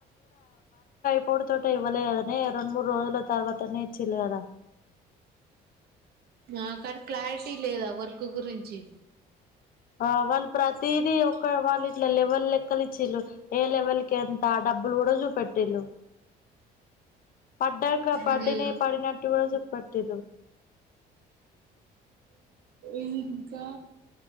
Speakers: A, on the left; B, on the right.
A: పొడు తోటె ఇవ్వలే కదానే రెండు మూడు రోజుల తర్వాతనే ఇచ్చిలు కదా
B: ఆ కని క్లారిటీ లేదా వర్క్ గురించి
A: ఆ వాళ్ళు ప్రతిది ఒక వాళ్ళు ఇట్లా లెవల్ లెక్కలిచిలు ఏ లెవెల్ కి ఎంత డబ్బులు కూడా చూపెట్టిళ్లు పడ్డంక పడినాయి
B: ఇది
A: పడినట్టుగా చూపెట్టిల్లు
B: ఇంకా